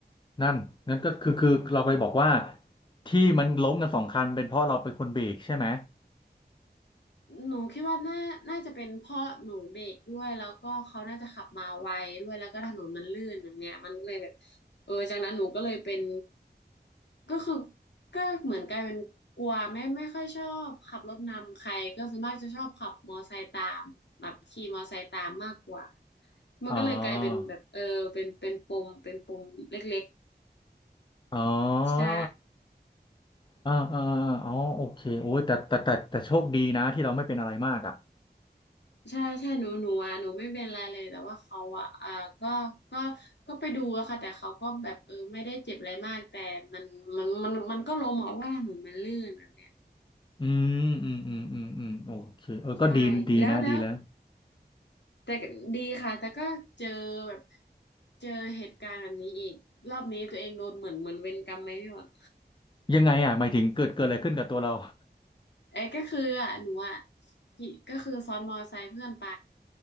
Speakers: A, on the left (about 25°); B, on the left (about 80°).
A: นั่นงั้นก็คือคือเราไปบอกว่าที่มันล้มกันสองคันเป็นเพราะเราเป็นคนเบรกใช่ไหม
B: หนูคิดว่าน่าน่าจะเป็นเพราะหนูเบรกด้วยแล้วก็เขาน่าจะขับมาไวด้วย แล้วก็ถนนมันลื่นแบบเนี้ยมันก็เลยแบบเออจากนั้นหนูก็เลยเป็นก็คือก็เหมือนกลายเป็นกลัวไม่ไม่ค่อยชอบขับรถนำใครก็ส่วนมากจะชอบขับมอไซค์ตามแบบขี่มอไซค์ตามมากกว่ามันก็เลยกลายเป็นแบบเออเป็นเป็นปมเป็นปมเล็ก
A: อ๋ออ๋อ
B: ๆใช่
A: อ่าอ่าอ่าอ๋อโอเคโอ้ยแต่แต่แต่แต่โชคดีนะที่เราไม่เป็นอะไรมากอ่ะ
B: ใช่ใช่หนูหนูอ่ะหนูไม่เป็นไรเลยแต่ว่าเขาอ่ะอ่าก็ก็ก็ไปดูอะค่ะแต่เขาก็แบบเออไม่ได้เจ็บอะไรมากแต่มันมันมันมันก็ล้มอะว่าถนนมันลื่นอะเนี่ย
A: อืมอืมอืมอืมอืมโอเคเออก็ดีดีนะดีแล้ว
B: ใช่แล้วแล้วแต่ดีค่ะแต่ก็เจอแบบเจอเหตุการณ์แบบนี้อีกรอบนี้ตัวเองโดนเหมือนเหมือนเวรกรรมไหมพี่หวน
A: ยังไงอ่ะหมายถึงเกิดเกิดอะไรขึ้นกับตัวเรา
B: เอ้ยก็คืออ่ะหนูอ่ะขี่ก็คือซ้อนมอไซค์เพื่อนไป